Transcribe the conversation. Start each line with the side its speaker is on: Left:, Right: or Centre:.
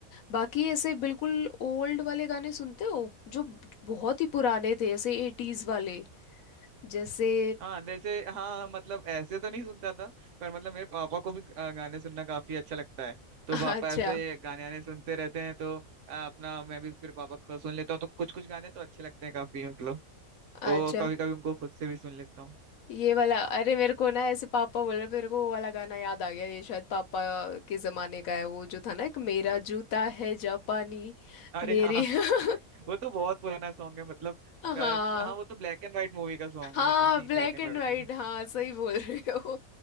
Left: बाकी ऐसे बिल्कुल ओल्ड वाले गाने सुनते हो जो बहुत ही पुराने थे ऐसे एटीज वाले जैसे
Right: हाँ जैसे हाँ मतलब ऐसे तो नहीं सुनता था पर मतलब मेरे पापा को भी अ, गाने सुनना काफी अच्छा लगता है तो
Left: <laughs>
Right: पापा
Left: अच्छा
Right: ऐसे गाने आने सुनते रहते हैं तो अ, अपना मैं भी फिर पापा को सुन लेता हूँ तो कुछ कुछ गाने तो अच्छे लगते हैं काफी मतलब
Left: अच्छा
Right: तो कभी कभी उनको खुद से भी सुन लेता हूँ
Left: ये वाला अरे मेरे को ना ऐसे पापा बोल रहे मेरे को वो वाला गाना याद आ गया ये शायद पापा के जमाने का है वो जो था ना एक मेरा जूता है जापानी
Right: अरे
Left: मेरी
Right: हाँ
Left: <laughs>
Right: <laughs> वो तो बहुत पुराना सॉन्ग है मतलब
Left: हाँ
Right: अ, हाँ वो तो ब्लैक एंड व्हाइट मूवी का सॉन्ग
Left: हाँ
Right: है कोई सी
Left: ब्लैक
Right: ब्लैक एंड
Left: एंड
Right: व्हाइट
Left: वाइट
Right: मूवी
Left: हाँ सही बोल रहे हो